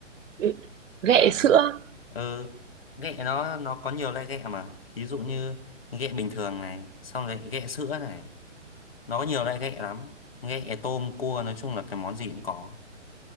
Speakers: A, on the right; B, on the left.
A: Ừ, ghẹ
B: Đấy.
A: sữa
B: ừ ghẹ nó nó có nhiều loại ghẹ mà thí dụ như ghẹ bình thường này xong rồi ghẹ sữa này nó có nhiều loại ghẹ lắm ghẹ tôm cua nói chung là cái món gì cũng có